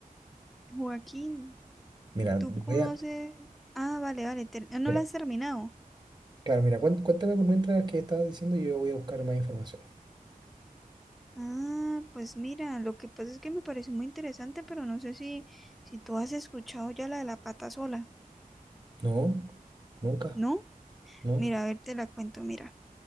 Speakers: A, in the centre; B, on the right.
A: Joaquín.
B: Mira,
A: ¿Tú
B: voy
A: conoces?
B: a...
A: Ah, vale, vale, ter- ah, no
B: Mira,
A: la has terminado.
B: claro, mira, cuént- cuéntame por mientras que estabas diciendo y yo voy a buscar más información.
A: Ah, pues mira, lo que pasa es que me pareció muy interesante, pero no sé si, si tú has escuchado ya la de la pata sola,
B: No, nunca,
A: ¿no?
B: no,
A: Mira, a ver, te la cuento, mira.